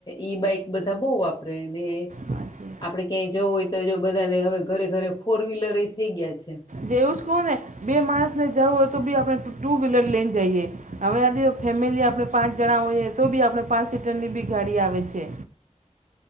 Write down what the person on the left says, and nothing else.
ઈ બાઈક બધા બહુ વાપરે અને
આપડે ક્યાંય જવું હોય તો જો બધાને હવે ઘરે ઘરે ફોર વ્હીલર એ થઈ ગયા છે
હ